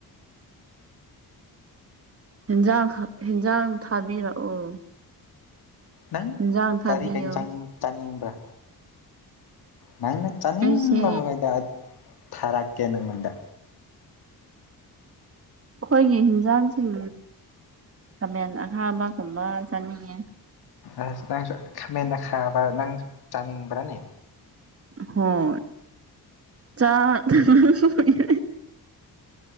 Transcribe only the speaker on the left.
ꯅꯪ
ꯀꯔꯤ ꯍꯦꯟꯖꯥꯡ ꯆꯥꯅꯤꯡꯕ꯭ꯔꯥ ꯅꯪꯅ ꯆꯥꯅꯤꯡꯕꯃꯒꯩꯗ
ꯊꯥꯔꯛꯀꯦ ꯅꯪꯉꯣꯟꯗ
ꯑꯁ ꯅꯪꯁꯨ ꯈꯥꯃꯦꯟ ꯑꯈꯥꯕ ꯅꯪꯁꯨ ꯆꯥꯅꯤꯡꯕ꯭ꯔꯥꯅꯦ